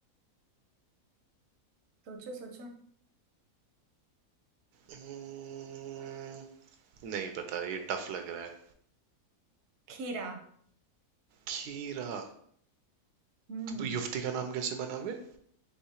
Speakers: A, on the right; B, on the right.
A: सोचो सोचो
B: हम्म, नहीं पता ये टफ लग रहा है
A: खीरा
B: खीरा
A: हम्म
B: तो युवती का नाम कैसे बना बे